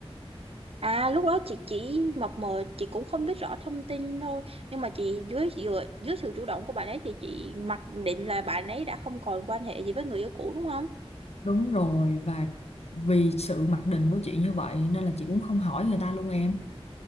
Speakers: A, on the right; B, on the left.
A: À lúc đó chị chỉ mập mờ chị cũng không biết rõ thông tin thôi nhưng mà chị dưới dưới, dưới sự chủ động của bạn ấy thì chị mặc định là bạn ấy đã không còn quan hệ gì với người yêu cũ đúng không?
B: Đúng rồi và vì sự mặc định của chị như vậy nên là chị cũng không hỏi người ta luôn em.